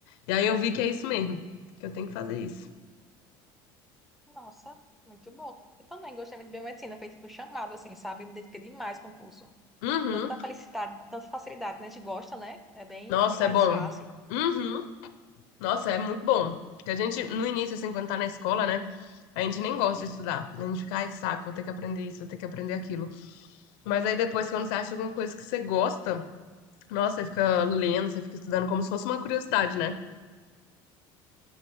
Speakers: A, on the left (about 80°); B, in the centre.
A: E aí eu vi que é isso mesmo, que eu tenho que fazer isso.
B: Nossa, muito bom. Eu também gostei muito de biomedicina, feito com chamado, assim, sabe? Eu Me dediquei demais com o curso.
A: Uhum.
B: Tanta felicidade, tanta facilidade, né? A gente gosta, né? É bem
A: Nossa,
B: mais
A: é bom.
B: fácil.
A: Uhum. Nossa, é muito bom. Porque a gente, no início, assim, quando tá na escola, né? A gente nem gosta de estudar. A gente fica, ai, que saco, vou ter que aprender isso, vou ter que aprender aquilo. Mas aí depois, quando você acha alguma coisa que você gosta, nossa, você fica lendo, você fica estudando como se fosse uma curiosidade, né?